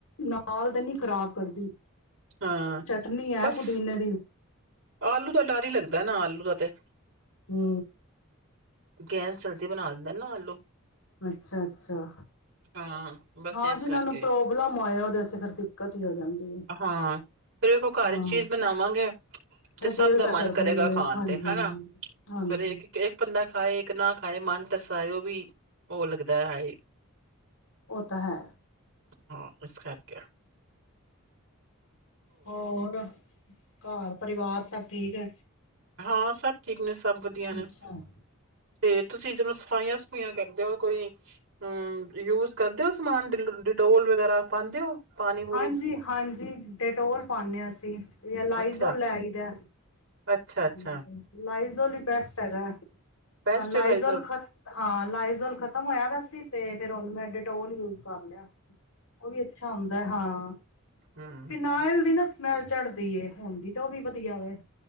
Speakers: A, on the left; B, on the right.
A: ਨਾਲ ਤਾਂ ਨਹੀਂ ਖ਼ਰਾਬ ਕਰਦੀ।
B: ਹਾਂ
A: ਚਟਨੀ ਆ,
B: ਬਸ
A: ਪੁਦੀਨੇ ਦੀ
B: ਆਲੂ ਦਾ ਡਰ ਹੀ ਲੱਗਦਾ, ਨਾ ਆਲੂ ਦਾ ਤੇ
A: ਹੂੰ
B: ਗੈਸ ਜਲਦੀ ਬਣਾ ਦਿੰਦਾ ਨਾ ਆਲੂ
A: ਅੱਛਾ ਅੱਛਾ,
B: ਹਾਂ ਬਸ
A: ਹਾਂ
B: ਇਸ
A: ਜਿਨਾਂ
B: ਕਰਕੇ
A: ਨੂੰ ਪ੍ਰੋਬਲਮ ਹੋਇਆ, ਉਹਦੇ ਵਾਸਤੇ ਫਿਰ ਦਿੱਕਤ ਹੀ ਹੋ ਜਾਂਦੀ ਆ,
B: ਹਾਂ ਫੇਰ ਵੇਖੋ ਘਰ
A: ਹਾਂ
B: ਚੀਜ਼ ਬਣਾਵਾਂਗੇ ਤੇ
A: ਇਹ
B: ਸਭ
A: ਦਿਲ
B: ਦਾ ਮਨ
A: ਤਾਂ ਕਰਦਾ
B: ਕਰੇਗਾ
A: ਹੀ ਹੈ
B: ਖਾਣ
A: ਹਾਂਜੀ
B: ਤੇ, ਹਨਾ
A: ਹਾਂਜੀ
B: ਫੇਰ ਇੱਕ ਇੱਕਲਾ ਖਾਏ ਇੱਕ ਨਾ ਖਾਏ ਮਨ ਤਰਸਾਇਓ ਵੀ ਉਹ ਲੱਗਦਾ ਏ ਹਾਏ
A: ਉਹ ਤਾ ਹੈ।
B: ਹਾਂ ਇਸ ਕਰਕੇ।
A: ਹੋਰ ਘਰ ਪਰਿਵਾਰ ਸਭ ਠੀਕ ਐ।
B: ਹਾਂ ਸਭ ਠੀਕ ਨੇ ਸਭ ਵਧੀਆ ਨੇ,
A: ਅੱਛਾ
B: ਤੇ ਤੁਸੀਂ ਜਦੋਂ ਸਫਾਈਆਂ-ਸਫੂਈਆਂ ਕਰ ਤੇ ਉਹ ਕੋਈ ਹੂੰ ਯੂਜ ਕਰਦੇ ਹੋ ਸਮਾਨ ਡੀਲ ਡਿਟੋਲ ਵਗੈਰਾ ਪਾਉਂਦੇ ਹੋ ਪਾਣੀ ਪੂਰੀ
A: ਹਾਂਜੀ-ਹਾਂਜੀ ਡੈਟੋਲ ਪਾਨੇ ਆ ਅਸੀਂ ਜਾਂ ਲਾਈਜ਼ੋਲ
B: ਅੱਛਾ
A: ਲੈਈ ਆਈ ਦਾ।
B: ਅੱਛਾ ਅੱਛਾ
A: ਹਾਂਜੀ-ਹਾਂਜੀ ਲਾਈ ਜ਼ੋਲ ਈ ਬੈਸਟ ਹੈਗਾ।
B: ਪੈਸਟਲਾਈਜ਼ਲ
A: ਹਾਂ ਲਾਇਜ਼ਲ ਖਤ ਹਾਂ ਲਾਇਜ਼ਲ ਖ਼ਤਮ ਹੋਇਆ ਦਾ ਸੀ ਤੇ ਫਿਰ ਹੁਣ ਮੈਂ ਡਿਟੋਲ ਯੂਜ ਕਰ ਲਿਆ। ਉਹ ਵੀ ਅੱਛਾ ਹੁੰਦਾ ਹਾਂ,
B: ਹਮ
A: ਫਿਨਾਇਲ
B: ਹਮ
A: ਦੀ ਨਾ ਸਮੈਲ ਚੜਦੀ ਏ ਹੁੰਦੀ ਤੇ ਉਹ ਵੀ ਵਧੀਆ ਵੇ।